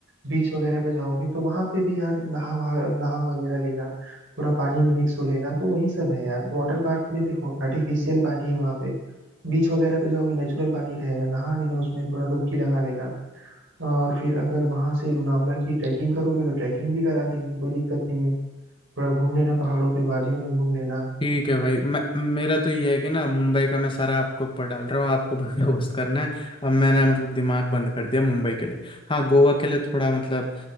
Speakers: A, on the right; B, on the left.
A: बीच वगैरह पे जाओगे तो वहां पे भी यार नहा वहा- नहा वगैरह लेना थोड़ा पानी में मिक्स हो लेना तो वही सब है यार वाटर पार्क में देखो आर्टिफिशियल पानी है वहां पे बीच वगैरह पे जाओगे नेचुरल पानी रहेगा नहा लेना उसमें थोड़ा डुबकी लगा लेना और फिर अगर वहां से लोनावला की ट्रैकिंग करोगे तो ट्रैकिंग भी करा देंगे कोई दिक्कत नहीं है थोड़ा घूम लेना पहाड़ों पे वादियों में घूम लेना
B: ठीक है भाई मैं मेरा तो ये है कि ना मुंबई का मैं सारा आपको ऊपर डाल रहा हूँ आपको बंदोबस्त करना है अब मैंने मतलब दिमाग बंद कर दिया मुंबई के लिए हाँ गोवा के लिए थोड़ा मतलब